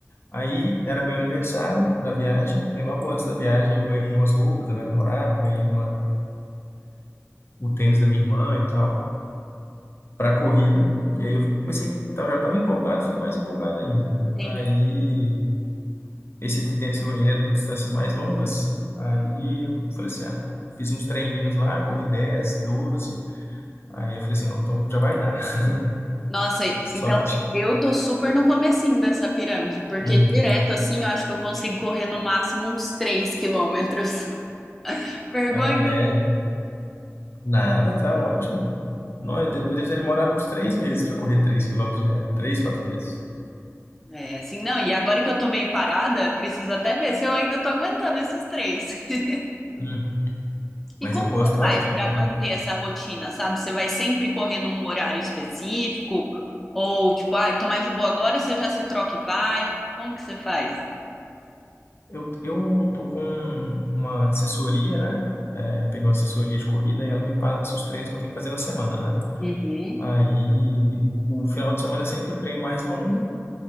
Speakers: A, on the left; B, in the centre.
A: Aí era meu aniversário na viagem. Aí logo antes da viagem eu ganhei umas roupas da minha namorada, ganhei uma, o tênis da minha irmã e tal, pra corrida. E aí eu comecei, eu já tava empolgado, fiquei mais empolgado ainda.
B: Entendi.
A: Aí esse tênis que eu ganhei ele era para distâncias mais longas. Aí eu falei assim, ah, fiz uns treininhos lá, corri 10, 12. Aí eu falei assim, não, então já vai dar. <laughs>
B: Nossa, então
A: Só que.
B: eu tô super no comecinho dessa pirâmide, porque
A: Uhum.
B: direto assim eu acho que eu consigo correr no máximo uns 3 quilômetros. <laughs> Vergonha
A: Ah, é. Nada, tá ótimo. Não, eu, de- eu devo ter demorado uns três meses para correr três quilômetros direto. Três, quatro meses.
B: É, assim, não, e agora que eu tô meio parada, preciso até ver se eu ainda tô aguentando esses três. <laughs>
A: Uhum.
B: E
A: Mas
B: como
A: eu
B: você
A: gosto bastante.
B: faz pra manter
A: viu?
B: essa rotina, sabe? Você vai sempre correr num horário específico? Ou tipo, ai, tô mais de boa agora, você já se troca e vai? Como que você faz?
A: Eu, eu tô com uma assessoria, né? É, peguei uma assessoria de corrida e ela me passa os treinos que eu tenho que fazer na semana, né?
B: Uhum,
A: Aí o final de semana é sempre o treino mais longo.